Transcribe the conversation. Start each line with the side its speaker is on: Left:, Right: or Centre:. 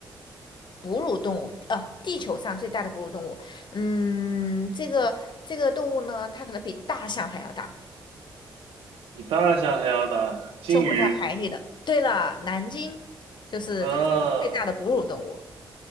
Left: 哺乳动物，哦，地球上最大的哺乳动物，嗯，这个这个动物呢，它可能比大象还要大，
Right: 比大象还要大，鲸鱼。
Left: 生活在海里的。对了，南鲸就是它是最大的哺乳动物。
Right: 啊